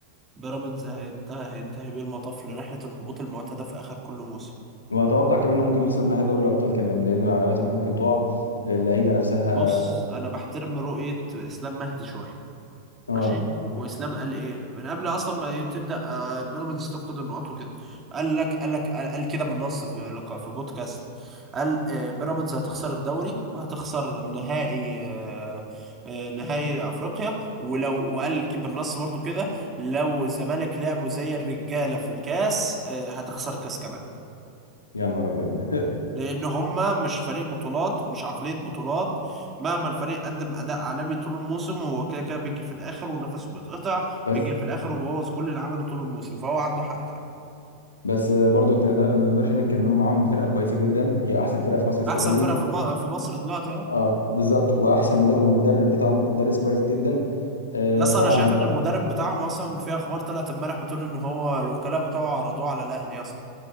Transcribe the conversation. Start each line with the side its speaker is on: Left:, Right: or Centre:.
Right: بيراميدز هيت- هينتهي بيه المطاف لرحلة الهبوط المعتادة في اخر كل موسم
Left: واتوقع كمان انه ممكن يخسر نهائي دوري الابطال كمان لان معلوماته ممكن تقع اللعيبه نفسها
Right: بص انا بحترم رؤية اسلام مهدي شوية
Left: اه
Right: ماشي واسلام قال ايه من قبل اصلا ما ي- تبدا آه، بيراميدز تفقد النقاط وكده قال لك قال لك قال قال كده بالنص في لقاء في بودكاست قال آه، بيراميدز هتخسر الدوري وهتخسر نهائي آه، آه، نهائي افريقيا ولو وقال ك- بالنص برضو كده لو الزمالك لعبوا زي الرجاله في الكاس آه، هتخسر الكاس كمان
Left: يا نهار ابيض <laughs>
Right: لان هما مش فريق بطولات مش عقلية بطولات مهما الفريق قدم اداء عالمي طول الموسم هو كده كده بيجي في الاخر ونفسه بيتقطع
Left: بس
Right: بيجي في الاخر وبوظ كل اللي عمله طول الموسم فهو عنده حق فعلا
Left: بس آه، برضو إنت- ما نقدرش ننكر ان هم معاهم فرقه كويسه جدا هي احسن فرقه في مصر السنه
Right: احسن
Left: دي
Right: فرقة في م- في مصر دلوقتي اه
Left: اه بالظبط واحسن مد- ومدرب بتاعهم مدرس كويس جدا آه
Right: يس
Left: طبعا
Right: انا شايف
Left: هو
Right: ان المدرب بتاعهم اصلا في اخبار طلعت امبارح بتقول ان هو الوكلاء بتوعه عرضوه على الاهلي اصلا